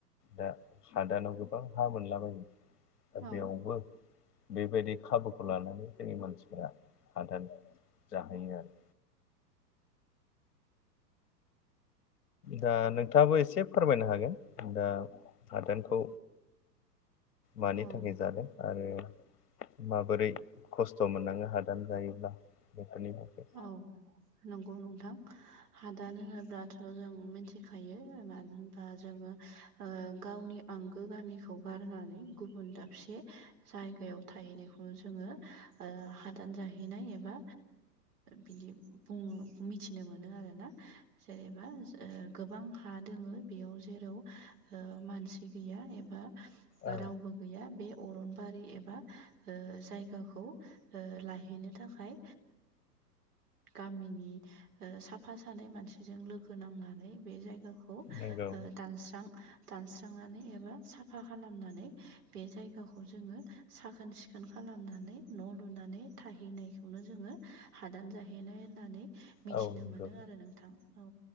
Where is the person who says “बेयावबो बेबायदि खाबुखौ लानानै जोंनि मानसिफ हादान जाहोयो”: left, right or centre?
Left